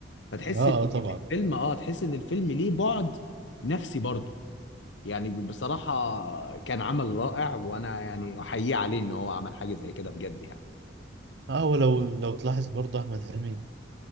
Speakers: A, on the left; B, on the right.
A: فتحس
B: اه
A: ان
B: اه طبعا
A: الفيلم اه تحس ان الفيلم ليه بعد نفسي برضه يعني ب- بصراحة كان عمل رائع وأنا يعني أحييه عليه إن هو عمل حاجة زي كده بجد يعني
B: اه ولو لو تلاحظ برضه احمد حلمي